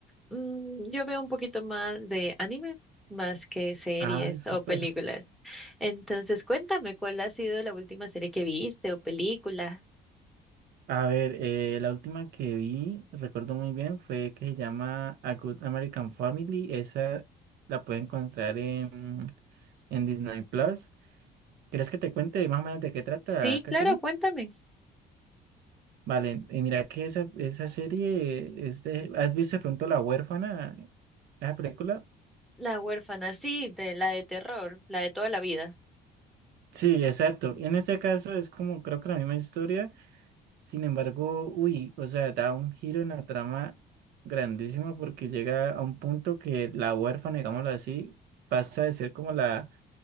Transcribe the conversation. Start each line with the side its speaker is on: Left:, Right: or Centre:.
Centre: mm, yo veo un poquito más de anime, más que series
Right: Ay, súper.
Centre: o películas. Entonces, cuéntame, ¿cuál ha sido la última serie que viste o película?
Right: A ver, eh, la última que vi, recuerdo muy bien, fue que se llama A Good American Family. Esa la puede encontrar en, en Disney Plus. ¿Quieres que te cuente más o menos de qué trata,
Centre: Sí,
Right: Catherine?
Centre: claro, cuéntame.
Right: Vale, y mira que esa, esa serie, este, ¿has visto de pronto La Huérfana, esa película?
Centre: La huérfana, sí, de la de terror, la de toda la vida.
Right: Sí, exacto. En este caso es como creo que la misma historia. Sin embargo, uy, o sea, da un giro en la trama grandísimo porque llega a un punto que la huérfana, digámoslo así, pasa de ser como la